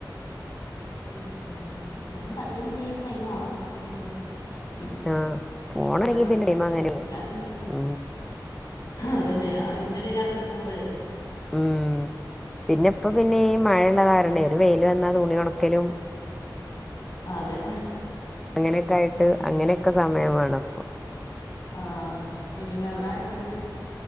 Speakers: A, on the left (about 55°); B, in the centre.
A: ഉം എന്നാലും തട്ടിമുട്ടി ഈ ടൈം ആവും അങ്ങനെ ഉം
B: ആഹ് പോണെങ്കി
A: പോയാലും
B: പിന്നെ ടൈം അങ്ങനെ പോവും
A: എല്ലാതിം
B: ഉം
A: അതന്നെ ഐന്റെടേല് അത്ട്ക്കുമ്പഴേ
B: ഉം പിന്നെ ഇപ്പോ പിന്നെ ഈ മഴള്ള
A: പിന്നെ
B: കാരണെ ഒരു വെയില് വന്നാ തുണി ഒണക്കലും
A: അതെ
B: അങ്ങനൊക്കായിട്ട്
A: ഉം
B: അങ്ങനൊക്കെ സമയം വേണം ഇപ്പോ
A: ആഹ് എങ്ങനെ അവിടാരെക്കേണ്ട്.